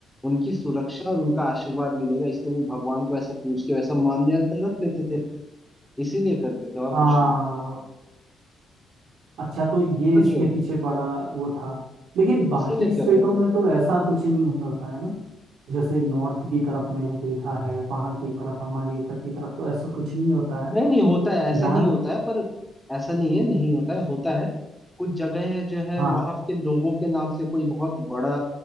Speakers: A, in the centre; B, on the right.
A: उनकी सुरक्षा और उनका आशीर्वाद मिलेगा इसलिए वो भगवान को ऐसा पूछ के वैसा मान्य रख लेते थे इसीलिए करते थे और
B: हाँ
A: कुछ नहीं
B: अच्छा तो ये
A: समझ
B: इसके
A: रहे हो
B: पीछे बड़ा वो था लेकिन बाकी
A: इसीलिए
B: स्टेटों
A: करते थे
B: में तो ऐसा कुछ नहीं होता है ना जैसे नॉर्थ की तरफ मैंने देखा है वहां की तरफ हमारी इधर की तरफ तो ऐसा कुछ नहीं होता है
A: नहीं नहीं होता है ऐसा
B: यहाँ
A: नहीं होता है पर ऐसा नहीं है नहीं होता है होता है कुछ जगह है जो है
B: हाँ
A: वहां के लोगों के नाम से कोई बहुत बड़ा